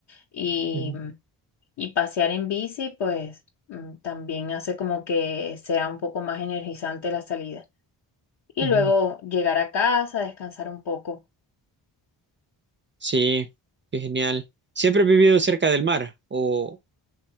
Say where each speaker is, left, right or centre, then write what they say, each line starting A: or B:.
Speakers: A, on the left; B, on the right.
A: Y,
B: ujú,
A: mm, y pasear en bici, pues mm, también hace como que sea un poco más energizante la salida. Y
B: ujú.
A: luego llegar a casa, descansar un poco.
B: Sí, qué genial. ¿Siempre has vivido cerca del mar o